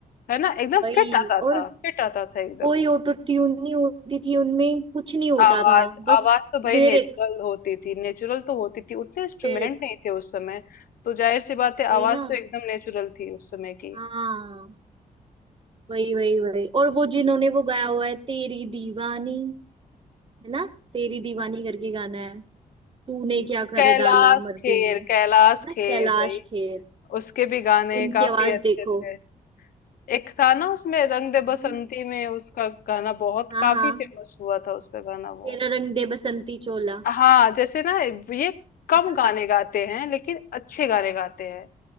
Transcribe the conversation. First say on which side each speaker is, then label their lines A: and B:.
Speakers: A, on the left; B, on the right.
A: है ना एकदम
B: वही
A: फिट आता
B: और
A: था फिट आता था एकदम
B: कोई ऑटो ट्यून नहीं होती थी उनमें कुछ नहीं होता
A: आवाज
B: था बस
A: आवाज तो भाई
B: लिरिक्स
A: नेचुरल होती थी नेचुरल तो होती थी उतने इंस्ट्रूमेंट
B: लिरिक्स
A: नहीं थे उस समय तो जाहिर सी बात है
B: वही
A: आवाज
B: ना
A: तो एकदम नेचुरल थी उस समय की
B: हाँ वही वही वही और वो जिन्होंने वो गाया हुआ है तेरी दीवानी है ना तेरी दीवानी करके गाना है तूने क्या कर
A: कैलाश
B: डाला मर
A: खेर
B: गई मैं है
A: कैलाश
B: ना
A: खेर
B: कैलाश
A: भाई
B: खेर
A: उसके भी गाने
B: उनकी
A: काफी
B: आवाज
A: अच्छे
B: देखो
A: थे एक था ना उसमें रंग दे
B: हम्म,
A: बसंती में उसका गाना बहुत
B: हाँ
A: काफी
B: हाँ
A: फेमस हुआ था उसका गाना वो
B: तेरा रंग दे बसंती चोला
A: हाँ जैसे ना ये कम
B: है ना
A: गाने गाते हैं लेकिन अच्छे गाने गाते हैं